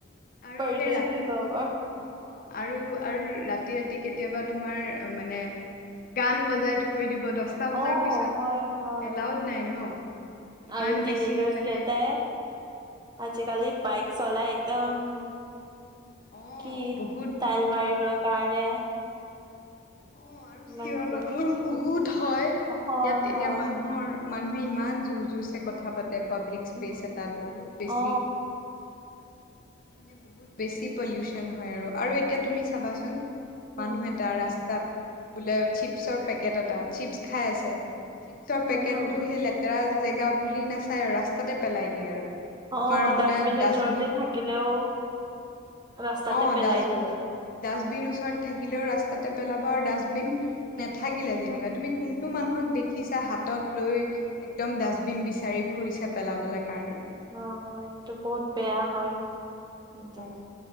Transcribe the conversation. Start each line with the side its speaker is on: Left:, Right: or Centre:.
Left: আৰু
Right: পৰদেশী
Left: সেই ৰাত
Right: চঙৰ
Left: অঁ! আৰু-আৰু ৰাতি-ৰাতি কেতিয়াবা তোমাৰ মানে গান বজাই থৈ দিব দহটা বজাৰ
Right: অ
Left: পিছততো
Right: হয় হয়
Left: এলাউড নাই ন। ইমান
Right: আৰু তিনেজাৰ্জ
Left: বেছি মানে
Right: কেইটাই আজিকালি বাইক চলাই একদম
Left: অ'
Right: কি
Left: বহুত
Right: ষ্টাইল
Left: বেছি
Right: মাৰিবৰ কাৰণে
Left: অঁ! আৰু
Right: ইমান
Left: চিঞৰ
Right: কি
Left: বাখৰো বহুত হয়। ইয়াত
Right: হয় হয়
Left: এতিয়া
Right: অ
Left: মানুহৰ মানুহে ইমান জোৰ-জোৰচে কথা পাতে, পাব্লিক স্পেচ
Right: উম
Left: এটাত বহুত বেছি।
Right: অ
Left: মানে বহুত বেছি পলিউচন হয় আৰু। আৰু এতিয়া তুমি চাবা চোন মানুহ
Right: উম
Left: এটা ৰাস্তাত বোলে চিপছৰ পেকেট এটা চিপছ খাই আছে। চিপছৰ পেকেটটো
Right: হম
Left: সেই লেতেৰা জেগা বুলি নাচায় আৰু ৰাস্তাতে পেলাই দিয়ে আৰু।
Right: অ
Left: তোমাৰ
Right: ডাষ্টবিনৰ
Left: বোলে ডাষ্টবিন
Right: ওচৰতে থাকিলেও ৰাস্তাতে
Left: অঁ!
Right: পেলাই
Left: ডাষ্ট
Right: দিব
Left: ডাষ্টবিন ওচৰত থাকিলেও ৰাস্তাতে পেলাব। আৰু ডাষ্টবিন নাথাকিলে যেনিবা
Right: উম
Left: তুমি কোন টো মানুহক দেখিছা হাতত লৈ একদম ডাষ্টবিন বিচাৰি ফুৰিছে পেলাবলে কাৰণে।
Right: অঁ! হয় এইটো বহুত বেয়া হয় এইটো।
Left: অ